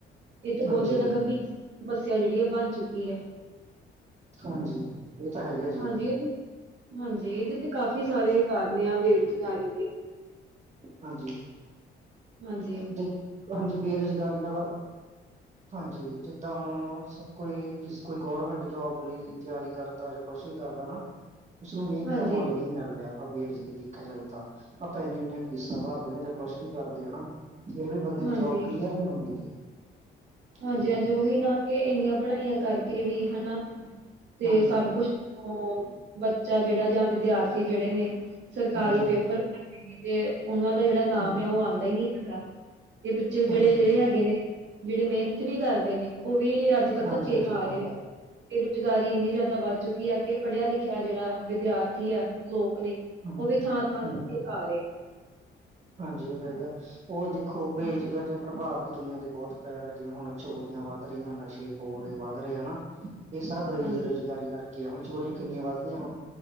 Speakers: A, on the right (about 65°); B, on the right (about 35°).
A: ਏ ਤੇ
B: ਹਾਂਜੀ
A: ਬੋਤ ਜਾਦਾ ਗੰਭੀਰ ਸਮੱਸੇਆ ਜੇੜੀ ਆ ਬਾੱਨ ਚੁੱਕੀ ਆ।
B: ਹਾਂਜੀ। ਇਹ ਤਾਂ ਹੈਗਾ ਜੀ
A: ਹਾਂਜੀ, ਏਦੇ ਹਾਂਜੀ, ਏਦੇ ਤੇ ਕਾਫ਼ੀ ਸਾਰੇ ਕਾਰਨ ਆ ਬੇਰੁਜ਼ਗਾਰੀ ਦੇ।
B: ਹਾਂਜੀ,
A: ਹਾਂਜੀ
B: ਦੇ ਹਾਂਜੀ ਬੇਰੁਜ਼ਗਾਰੀ ਨਾਲੋਂ ਹਾਂਜੀ ਜਿੱਦਾਂ ਹੁਣ ਸਬ ਕੋਈ, ਕਿਸ ਕੋਈ ਗੌਰਮੈਂਟ ਜੋਬ ਲਈ ਤਿਆਰੀ ਕਰਦਾ ਜਾਂ ਕੁੱਛ ਵੀ ਕਰਦਾ ਨਾ
A: <inaudible>
B: ਉਸਨੂੰ ਮੇਹਨਤ
A: ਹਾਂਜੀ,
B: ਦਾ ਮੁੱਲ ਵੀ ਨੀ ਮਿਲ ਰੇਆ, ਆਪਾਂ ਬੇਰੁਜ਼ਗੀ ਦੇਖਾ ਜਾਵੇ ਤਾ, ਆਪਾਂ ਇੰਨੀਆਂ-ਇੰਨੀਆਂ ਫੀਸਾਂ ਭਾਰਦੇ ਨਾ ਜਦ ਕੁੱਛ ਵੀ ਕਰਦੇ ਹਾ ਨਾ, ਫੇਰ ਵੀ ਬੰਦੇ
A: ਹਾਂਜੀ,
B: ਨੂੰ ਜੋਬ ਕਲੀਅਰ ਨੀ ਹੁੰਦੀ ਗੀ।
A: ਹਾਂਜੀ,
B: ਤੇ
A: ਹਾਂਜੀ ਓਹੀ ਨਾ ਕਿ ਇੰਨੀਆਂ ਪੜਾਈਆਂ ਕਾਰਕੇ ਵੀ, ਹਨਾ ਤੇ
B: ਹਾਂਜੀ
A: ਸਬ ਕੁੱਛ ਓ ਬੱਚਾ ਜੇੜਾ ਜਾਂ ਵਿਦਿਆਰਥੀ ਜੇੜੇ ਨੇ, ਸਰਕਾਰੀ
B: ਹਾਂਜੀ
A: ਪੇਪਰ ਤੇ ਓਨਾਂ ਦਾ ਜੇੜਾ ਨਾਮ
B: ਹਾਂਜੀ
A: ਏ, ਓ ਆਂਦੈ ਈ ਨੀ ਹੈਗਾ, ਤੇ ਬੱਚੇ ਵਚਾਰੇ
B: ਹਾਂਜੀ
A: ਜੇੜੇ ਹੈਗੇ ਨੇ ਜੇੜੇ ਮੇਹਨਤ ਵੀ ਕਾਰਦੇ ਨੇ, ਓ ਵੀ ਅੱਜ-ਕੱਲ
B: ਹਾਂਜੀ
A: ਧੱਕੇ
B: ਹਾਂਜੀ
A: ਖਾ
B: ਬਹੁਤ
A: ਰੇ ਨੇ।
B: ਵਧ
A: ਬੇਰੋਜਗਾਰੀ ਇੰਨੀ ਜਾਦਾ ਵੱਧ ਚੁੱਕੀ ਆ, ਕਿ ਪੜੇਆ ਲਿਖੇਆ ਜੇੜਾ ਵਿਦਿਆਰਥੀ ਆ, ਲੋਕ ਨੇ
B: ਹਾਂਜੀ
A: ਓ ਵੀ ਥਾਂ-ਥਾਂ ਧੱਕੇ
B: ਹਾਂਜੀ
A: ਖਾ ਰੇ ਐ।
B: ਹਾਂਜੀ ਓਦਾ ਹੈਗਾ, ਓ ਦੇਖੋ ਬੇਜਗਾਜਾਂ
A: ਹਾਂਜੀ
B: ਪ੍ਰਭਾਵ ਵੀ ਦੁਨੀਆਂ ਤੇ ਬੋਤ ਪੈ ਰੇਆ, ਜਿਵੇਂ ਹੁਣ ਚੋਰੀਆਂ ਵਾੱਧ ਰੀਆਂ, ਨਸ਼ੇ ਹੋ ਰੇ ਵੱਧ ਰੇ, ਹਨਾ ਏ ਸਬ ਬਰੇਰੁਜਗਾਰੀ
A: ਹਾਂਜੀ
B: ਕਾਰਕੇ ਐ, ਹੁਣ ਚੋਰੀਆਂ ਕਿੰਨੀਆਂ ਵੱਧ ਰੀਆਂ ਵਾਂ।